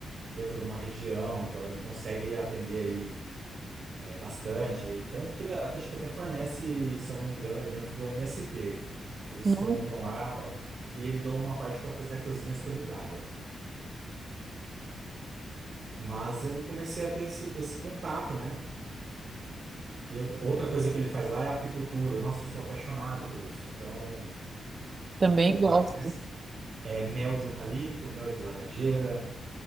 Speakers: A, on the right (about 50°); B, on the right (about 35°).
A: dentro de uma região, então ele consegue atender aí é, bastante. E Tanto que ele até, acho que até fornece, se eu não me engano, alimentos para o MST. Eles
B: não,
A: compram lá pra, e ele doa uma parte para fazer a cozinha solidária. Mas eu comecei a ter esse, esse contato, né? E outra outra coisa que ele faz lá é a apicultura. Nossa, eu sou apaixonado por isso. Então,
B: também
A: é,
B: gosto.
A: lá ele faz é, mel de eucalipto, mel de laranjeira.